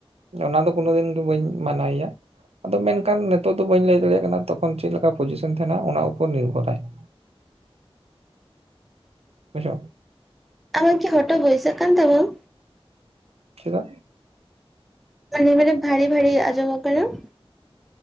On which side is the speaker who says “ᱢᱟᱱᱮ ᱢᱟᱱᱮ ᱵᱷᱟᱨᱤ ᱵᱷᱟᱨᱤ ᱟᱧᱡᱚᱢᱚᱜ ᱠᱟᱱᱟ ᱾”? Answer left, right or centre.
Centre